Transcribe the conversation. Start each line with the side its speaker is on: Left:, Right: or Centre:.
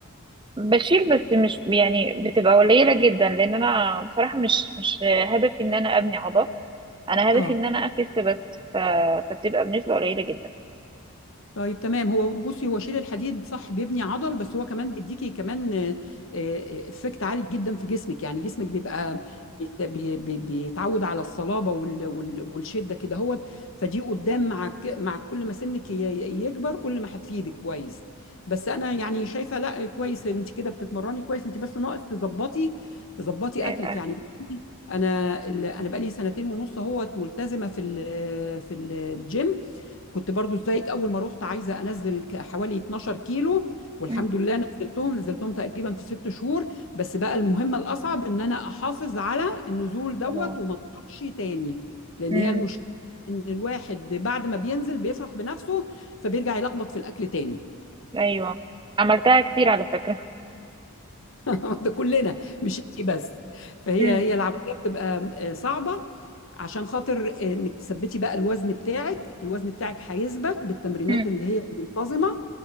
Right: بشيل بس مش يعني بتبقى قليلة جدا لان انا بصراحة مش مش هدفي ان انا ابني عضل انا هدفي
Left: اه
Right: ان انا اخس بس ف... فبتبقى بنسبة قليلة جدا
Left: طيب تمام هو بصي هو شيل الحديد صح بيبني عضل بس هو كمان بيديكي كمان آه، آه، افكت عالي جدا في جسمك يعني جسمك بيبقى بيت- بي- بي- بيتعود على الصلابة وال- وال- والشدة كده هو فدي قدام مع ك- مع كل ما سنك ي- ي- يكبر كل ما هتفيدك كويس بس انا يعني شايفة لا كويس انت كده بتتمرني كويس انت بس ناقص تظبطي تظبطي
Right: الأكل
Left: اكلك يعني انا ال- انا بقالي سنتين ونص اهوت ملتزمة في ال- في الجيم كنت برضو زيك اول ما رحت عايزه انزل ك- حوالي 12 كيلو والحمد
Right: مم.
Left: لله نزلتهم نزلتهم تقريبا في ست شهور بس بقى المهمه الاصعب ان انا احافظ على النزول دوت
Right: خلاص
Left: وما اطلعش تاني لان
Right: مم.
Left: هي المشكله ان الواحد بعد ما بينزل بيفرح بنفسه فبيرجع يلخبط في الاكل تاني
Right: أيوة عملتها كتير على فكرة
Left: <laughs> ده كلنا مش انت بس فهي
Right: مم.
Left: هي العمليه بتبقى آه، صعبه عشان خاطر آه، انك تثبتي بقى الوزن بتاعك الوزن بتاعك هيثبت بالتمرينات
Right: مم.
Left: اللي هي منتظمه